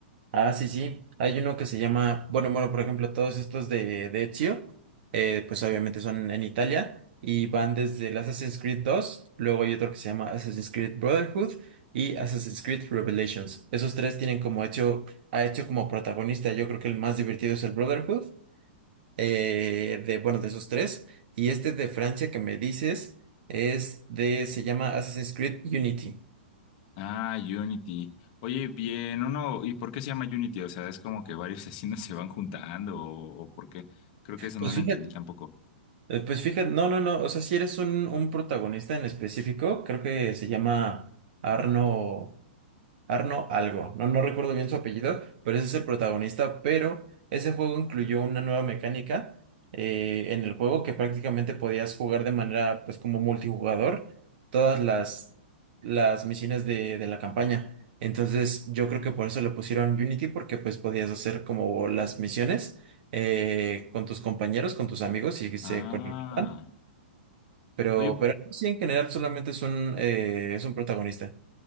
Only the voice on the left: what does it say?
Ah, Unity. Oye, bien, uno, ¿y por qué se llama Unity? O sea, es como que varios <laughs> asesinos se van juntando o, o por qué. Creo que eso
no lo
entendí tampoco.
Ah.
Oye,